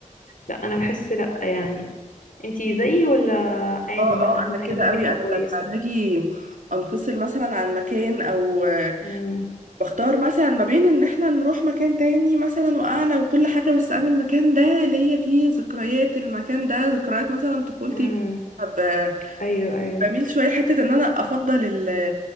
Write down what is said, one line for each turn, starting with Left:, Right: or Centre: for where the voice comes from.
Left: لا انا بحس لا يعني انتي زيي ولا عادي
Right: اه
Left: بقى
Right: اه
Left: أنا اهم
Right: انا
Left: حاجة
Right: كده
Left: المكان
Right: قوي
Left: يبقى
Right: انا
Left: كويس
Right: لما باجي انفصل مثلا عن مكان او آه،
Left: امم
Right: بختار مثلا ما بين ان احنا نروح مكان تاني مثلا واعلى وكل حاجة بس انا المكان ده ليا فيه ذكريات المكان ده ذكريات مثلا طفولتي
Left: امم
Right: فيه. طب آه،
Left: ايوه ايوه
Right: بميل شوية لحتة ان انا افضل ال-